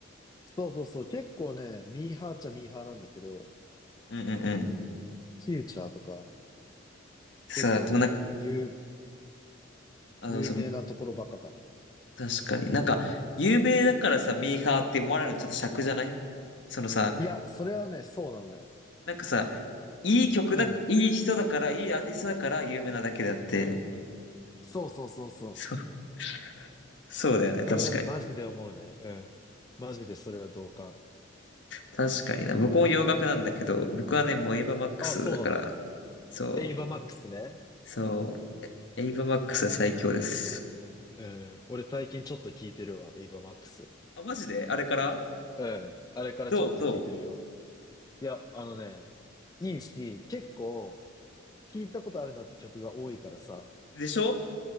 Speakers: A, on the left (about 20°); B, on the left (about 65°).
A: そうそうそう、結構ね、ミーハーっちゃミーハーなんだけど、
B: うんうんうん。
A: フューチャーとか、
B: さあ、
A: 結構ね、
B: でもな、
A: 有、
B: あの、
A: 有名なところばっかかな。
B: そう、確かに。なんか、有名だからさ、ミーハーって思われるのちょっと尺じゃないそのさ、
A: いや、それはね、そうなのよ。
B: なんかさ、いい曲だ、
A: うん。
B: いい人だから、いいアーティストだから有名なだけであって、
A: そうそうそうそう。
B: そう、そうだよね、
A: それはね、
B: 確かに。
A: マジで思うね。うん。マジでそれは同感。
B: 確かにな。僕も洋楽なんだけど、僕はね、もうエイバーマックスだから、
A: あ、そうなんだ。
B: そう、
A: エイバーマックスね。
B: そう、エイバーマックスは最強です。
A: うん。俺最近ちょっと聞いてるわ、エイバーマックス。
B: あ、マジであれから
A: うん。あれからちょっと聞いてるよ。
B: どうど
A: いや、あのね、いいし、結構、聞いたことあるなって曲が多いからさ。
B: うでしょ